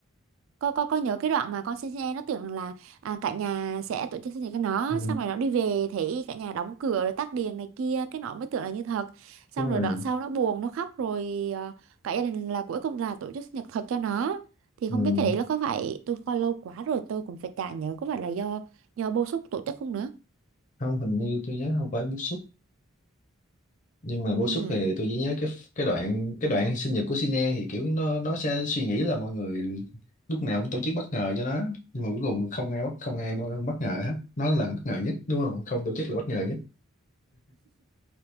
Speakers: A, on the right; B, on the left.
A: con con con nhớ cái đoạn mà con xin xin em nó tưởng là à, cả nhà sẽ tổ chức sinh nhật cho nó
B: ừ,
A: xong rồi nó đi về thấy cả nhà đóng cửa rồi tắt đèn này kia cái nó mới tưởng là như thật xong
B: đúng
A: rồi
B: rồi
A: đoạn sau nó buồn nó khóc rồi à, cả gia đình là cuối cùng là tổ chức sinh nhật thật cho nó thì
B: ừ.
A: không biết cái đấy nó có phải tôi coi lâu quá rồi tôi cũng phải chả nhớ có phải là do do bô xúc tổ chức không nữa
B: không hình như tôi nhớ không phải bức xúc nhưng mà bức
A: ừ
B: xúc thì tôi chỉ nhớ cái cái đoạn cái đoạn sinh nhật của Sine thì kiểu nó nó sẽ suy nghĩ là mọi người lúc nào cũng tổ chức bất ngờ cho nó nhưng mà cuối cùng không ai bất không ai bất ngờ hết nó là bất ngờ nhất đúng không không tổ chức là bất ngờ nhất